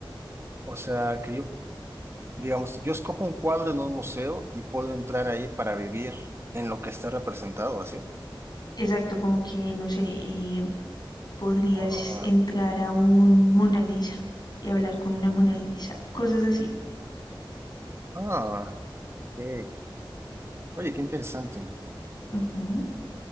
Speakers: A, on the right (about 30°); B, on the left (about 55°).
A: O sea, que yo, digamos, yo escojo un cuadro en un museo y puedo entrar ahí para vivir en lo que está representado, ¿así?
B: Exacto, como que, no sé, eh, podrías
A: Ah,
B: entrar a un Mona Lisa y hablar con una Mona Lisa, cosas así.
A: ah, ok. Oye, qué interesante.
B: Ujú,